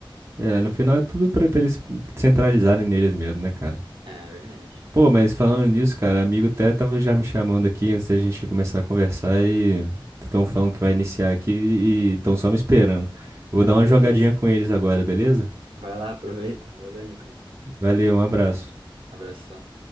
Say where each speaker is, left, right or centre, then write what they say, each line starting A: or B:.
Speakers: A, on the right (about 30°); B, on the right (about 75°).
A: É, no final é tudo pra, pra eles centralizarem neles mesmo, né, cara?
B: É verdade.
A: Pô, mas falando nisso, cara, amigo até tava já me chamando aqui antes da gente começar a conversar e estão falando que vai iniciar aqui e estão só me esperando. Eu vou
B: Ah,
A: dar uma
B: beleza.
A: jogadinha com eles agora, beleza?
B: Vai lá, aproveita. Valeu, Nicolas.
A: Valeu, um abraço.
B: Abração.